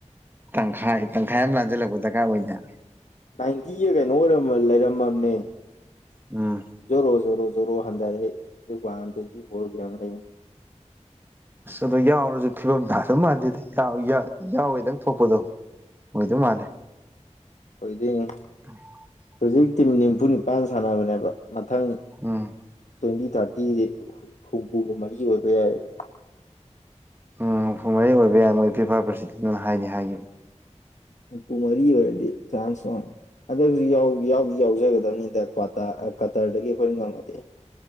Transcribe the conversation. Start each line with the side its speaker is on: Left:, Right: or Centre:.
Right: ꯇꯪꯈꯥꯏ ꯇꯪꯈꯥꯏ ꯑꯃ ꯂꯥꯟꯖꯜꯂꯛꯄ ꯗꯔꯀꯥꯔ ꯑꯣꯏꯅ
Left: ꯅꯥꯏꯟꯇꯤꯒ ꯀꯩꯅꯣ ꯑꯣꯏꯔ ꯂꯩꯔꯝꯃꯃꯦ
Right: ꯎꯝ
Left: ꯖꯣꯔꯣ ꯖꯣꯔꯣ ꯖꯔꯣ ꯍꯟꯊꯔꯦ ꯍꯧꯖꯤꯛ ꯋꯥꯟꯇ꯭ꯋꯦꯟꯇꯤ ꯐꯣꯔ ꯀꯌꯥꯅꯣ ꯂꯩ
Right: ꯑꯁ ꯑꯗꯣ ꯌꯥꯎꯔꯁꯨ ꯐꯤꯕꯝ ꯇꯥꯗꯧ ꯃꯥꯟꯗꯦꯗ <unintelligible> ꯌꯥꯎꯋꯦꯗꯪ ꯊꯣꯛꯄꯗꯣ ꯑꯣꯏꯗꯨ ꯃꯥꯜꯂꯦ
Left: ꯑꯣꯏꯗꯤꯡ
Right: <inaudible>
Left: ꯍꯧꯖꯤꯛ ꯇꯤꯝ ꯅꯤꯝꯐꯨ ꯅꯤꯄꯥꯟ ꯁꯥꯟꯅꯕꯅꯦꯕ ꯃꯊꯪ
Right: ꯎꯝ
Left: ꯇ꯭ꯋꯦꯟꯇꯤ ꯊꯥꯔꯇꯤ ꯍꯨꯝꯐꯨꯒ ꯃꯔꯤ ꯑꯣꯏꯕ ꯌꯥꯏꯑꯦꯕ
Right: ꯎꯝ ꯍꯨꯝꯐꯨ ꯃꯔꯤ ꯑꯣꯏꯕ ꯌꯥꯏ ꯃꯣꯏ ꯐꯤꯐꯥ ꯄ꯭ꯔꯁꯤꯗꯦꯟꯅ ꯍꯥꯏꯗꯤ ꯍꯥꯏꯒꯤꯝ
Left: ꯍꯨꯝꯄꯨꯨ ꯃꯔꯤ ꯑꯣꯏꯔꯥꯗꯤ ꯆꯥꯟꯁ ꯋꯥꯡ ꯑꯗꯨ ꯌꯥꯎꯗꯤ ꯌꯥꯎꯖꯒꯗꯧꯅꯤꯗ ꯀ꯭ꯋꯥꯇꯥ ꯀꯇꯔꯗꯒꯤ ꯑꯈꯣꯏꯅ ꯉꯝꯃꯗꯤ